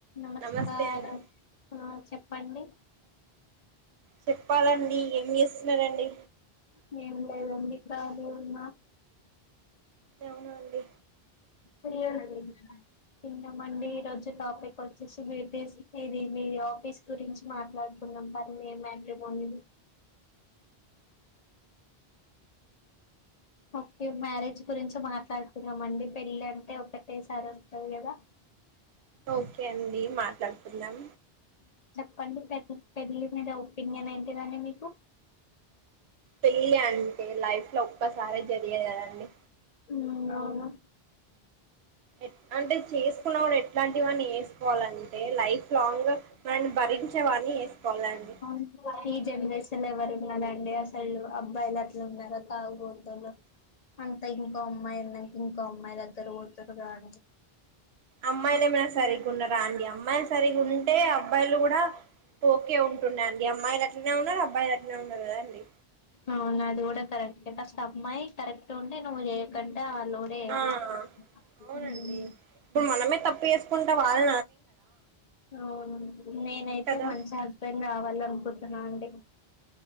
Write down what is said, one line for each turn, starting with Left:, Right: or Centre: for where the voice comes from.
Left: నమస్కారం
Right: నమస్తే అండి
Left: ఆ చెప్పండి
Right: చెప్పాలండి ఏం చేస్తున్నారండి
Left: మేం కూడ్ లేదండి కాలి ఉన్నా
Right: అవునా అండి
Left: <unintelligible> అండి తింటామండి ఈ రోజు టాపిక్ వచ్చేసి మీరు D C P U office గురించి మాట్లాడుకున్నారు మట్రి బ <unintelligible> ఓకే మ్యారేజ్ గురించి మాట్లాడుకుందామండి పెళ్ళి అంటే ఒకటేసారి వస్తది కదా
Right: ఓకే అండి మాట్లాడుకుందాం
Left: పళ్ళి పె పెళ్ళి మీద ఒపీనియన్ ఏంటిదండి మీకు
Right: పెళ్ళి అంటే లైఫ్ లో ఒక్కసారే జరిగేది కదండి
Left: ఉమ్ అవును
Right: ఎ అంటే చేసుకున్న వాడు ఎట్లాంటివాన్ని చేసుకోవాలంటే లైఫ్ లాంగ్ మనని భరించే వాన్ పెళ్లి చేసుకోవాలండి
Left: వారి అసలు ఎవరున్నారండి అసలు అబ్బాయిలు అట్లా ఉన్నారా తాగుబోతోళ్లు అంతా ఇంకో అమ్మాయి ఉన్నా ఇంకో అమ్మాయి దగ్గరకి పోతరు కాని
Right: అమ్మాయిలు ఏమైనా సరిగ్గా ఉన్నారా అండి అమ్మాయిలు సరిగ్గా ఉండుంటే అబ్బాయిలు కూడా ఓకే ఉంటు అండి అమ్మాయిలు అట్లనే ఉన్నారు అబ్బాయిలు అట్లనే ఉన్నారు కదా అండి
Left: అవును అది కూడా కరక్ట్ ఇంటస్ట్ అమ్మాయి కరెక్ట్ ఉంటే నువ్వు చేయకంటే ఆళ్ళు కూడా చేయరు
Right: ఆ అవునండి
Left: హ్మ్
Right: ఇప్పుడు మనమే తప్పు చేసుకుంటా వాళ్
Left: అవును నేనైతే
Right: కదా
Left: మంచి హస్బెండ్ రావాలను ప్రొద్దున అండి